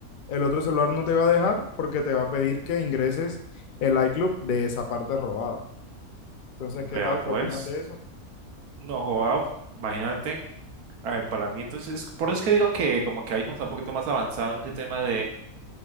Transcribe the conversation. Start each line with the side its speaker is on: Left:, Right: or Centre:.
Left: el otro celular no te va a dejar porque te va a pedir que ingreses el iCloud de esa parte robada. Entonces,
Right: Vea,
Left: ¿qué tal?
Right: pues,
Left: ¿Qué opinas de eso?
Right: no joda, imagínate, a ver, para mí entonces, por eso es que digo que como que iPhone está un poquito más avanzado en ese tema